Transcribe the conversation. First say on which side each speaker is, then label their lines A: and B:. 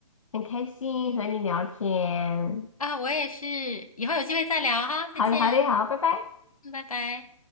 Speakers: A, on the left; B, on the left.
A: 很开心和你聊天，
B: 啊，我也是，以后有机会再聊哈，再见，
A: 好的好的好，拜拜。
B: 嗯拜拜。